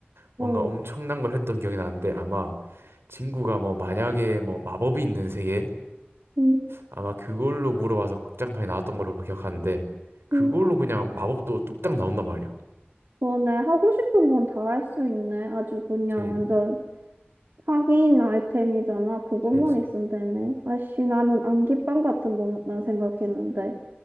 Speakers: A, on the right; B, on the right.
A: 뭔가
B: 응.
A: 엄청난 걸 했던 기억이 나는데 아마 친구가 뭐 만약에 뭐 마법이 있는 세계
B: 음,
A: 아마 그걸로 물어봐서 극장판이 나왔던 걸로 기억하는데 그걸로
B: 음.
A: 그냥 마법도 뚝딱 나온단 말이야.
B: 그러네. 하고 싶은 건 다 할 수 있네. 아주 그냥
A: 그치,
B: 완전 사기인 아이템이잖아. 그것만
A: 그치.
B: 있으면 되네. 아씨, 나는 안기빵 같은 거나 생각했는데.